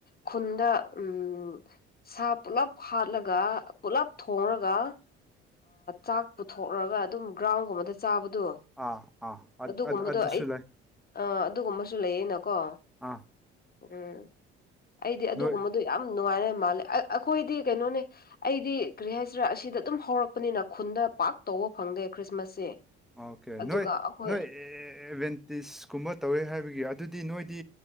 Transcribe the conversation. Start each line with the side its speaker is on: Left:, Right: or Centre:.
Left: ꯈꯨꯟꯗ ꯎꯝ ꯁꯥ ꯄꯨꯜꯂꯞ ꯍꯥꯠꯂꯒ ꯄꯨꯂꯞ ꯊꯣꯡꯉꯒ ꯆꯥꯛ ꯄꯨꯊꯣꯛꯂꯒ ꯑꯗꯨꯝ ꯒ꯭ꯔꯥꯎꯟꯒꯨꯝꯕꯗ ꯆꯥꯕꯗꯣ
Centre: ꯑꯥ ꯑꯥ ꯑ
Left: ꯑꯗꯨꯒꯨꯝꯕꯗꯣ
Centre: ꯑꯗꯨ ꯑꯗꯨ ꯑꯗꯨꯁꯨꯂꯥꯏ
Left: ꯑꯩ ꯑꯥ ꯑꯗꯨꯒꯨꯝꯕꯁꯨ ꯂꯩꯌꯦꯅꯀꯣ
Centre: ꯑꯥ
Left: ꯎꯝ ꯑꯩꯗꯤ ꯑꯗꯨꯒꯨꯝꯕꯗꯣ
Centre: ꯅꯣꯏ
Left: ꯌꯥꯝ ꯅꯨꯡꯉꯥꯏꯅ ꯃꯥꯜꯂꯦ ꯑꯩꯈꯣꯏꯗꯤ ꯀꯩꯅꯣꯅꯦ ꯑꯩꯗꯤ ꯀꯔꯤ ꯍꯥꯏꯁꯤꯔꯥ ꯑꯁꯤꯗ ꯑꯗꯨꯝ ꯍꯧꯔꯛꯄꯅꯤꯅ ꯈꯨꯟꯗ ꯄꯥꯛ ꯇꯧꯕ ꯐꯪꯗꯦ ꯈ꯭ꯔꯤꯁꯃꯥꯁꯁꯦ
Centre: ꯑꯣꯀꯦ
Left: ꯑꯗꯨꯒ
Centre: ꯅꯣꯏ
Left: ꯑꯩꯈꯣꯏ
Centre: ꯅꯣꯏ ꯏꯕꯦꯟ ꯇꯤꯁꯀꯨꯝꯕ ꯇꯧꯋꯦ ꯍꯥꯏꯕꯒꯤ ꯑꯗꯨꯗꯤ ꯅꯣꯏꯗꯤ